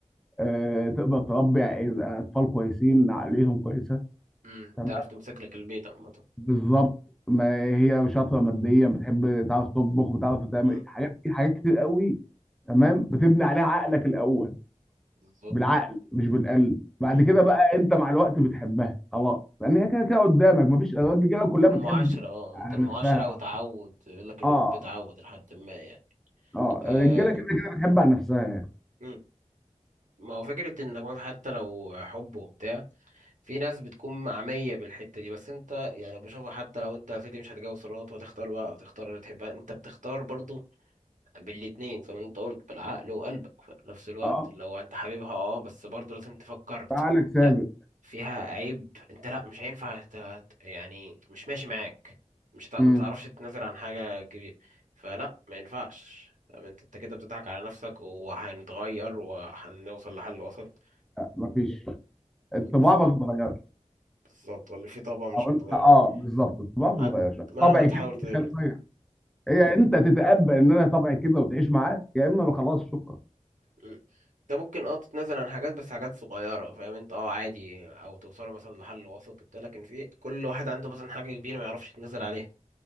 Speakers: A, in the centre; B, on the right.
A: أه تقدر تربي ع- اطفال كويسين عقليهم كويسه
B: مم.
A: تمام
B: تعرف تمسك لك البيت عامة
A: بالظبط ما هي شاطره ماديا بتحب تعرف تطبخ بتعرف تعمل
B: مم.
A: حاجات كتير حاجات كتير قوي تمام بتبني عليها عقلك الاول
B: بالظبط
A: بالعقل مش بالقلب بعد
B: مم.
A: كده بقى انت مع الوقت بتحبها خلاص لان هي كده كده قدامك مفيش الرجاله كلها بتحب
B: المعاشرة اه
A: على
B: انت المعاشرة
A: نفسها
B: وتعود يقول لك الحب
A: اه
B: تعود لحد ما يعني
A: اه
B: آه.
A: الرجاله كده كده بتحب على نفسها يعني
B: مم. ما هو فكرة انك مثلا حتى لو حب وبتاع في ناس بتكون معمية بالحتة دي بس انت يعني بشوفها حتى لو انت يا سيدي مش هتجوز صالونات وهتختار بقى وتختار اللي تحبها انت بتختار برضه بالاتنين زي ما انت قلت بالعقل وقلبك في نفس الوقت
A: اه
B: لو انت حبيبها اه بس برضه لازم تفكر
A: تعالك سابق
B: لا فيها عيب انت لا مش هينفع ت- ت- يعني مش ماشي معاك مش هتع-
A: امم
B: ما تعرفش تتنازل عن حاجة كبيرة فلا ما ينفعش طب انت انت كده بتضحك على نفسك وهنتغير وهنوصل لحل وسط
A: مفيش الطباع
B: ف-
A: ما بتتغيرش
B: بالظبط اللي فيه طبقة مش
A: او
B: بتغير
A: انت اه بالظبط الطباع ما
B: هت
A: بتتغيرش
B: مهما
A: طبعي
B: تحاول
A: كده
B: تغير
A: مش هتغير هي انت تتقبل ان انا طبعي كده وتعيش معاه يا اما خلاص شكرا
B: مم. ده ممكن اه تتنازل عن حاجات بس حاجات صغيرة فاهم انت اه عادي او توصلوا مثلا لحل وسط وبتاع لكن في كل واحد عنده مثلا حاجة كبيرة ما يعرفش يتنازل عليها